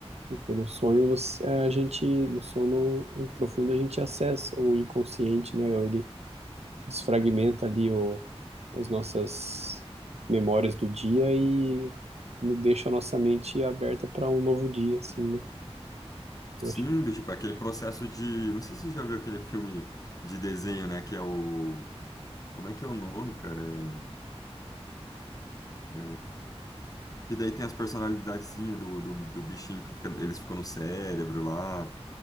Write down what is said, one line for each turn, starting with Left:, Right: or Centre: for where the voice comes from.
Right: Porque no sonho você- a gente, no sono profundo a gente acessa o inconsciente, né? Ou Ele desfragmenta ali o, as nossas memórias do dia e no- deixa a nossa mente aberta para um novo dia, assim, né?
Left: Sim,
Right: Eu acho.
Left: do tipo, aquele processo de. Não sei se você já viu aquele filme de desenho, né? Que é o. Como é que é o nome, cara? É- é- Que daí tem as personalidadezinhas do, do, do bichinho que fica- eles ficam no cérebro lá,